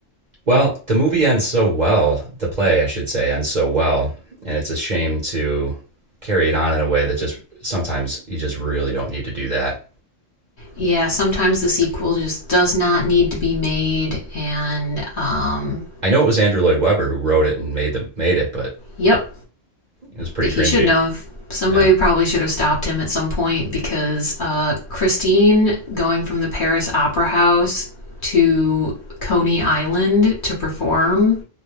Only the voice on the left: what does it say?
Yeah, sometimes the sequel just does not need to be made, and um,
yep,
he
should not have. somebody
probably should have stopped him at some point because uh, Christine going from the Paris Opera House to Coney Island to perform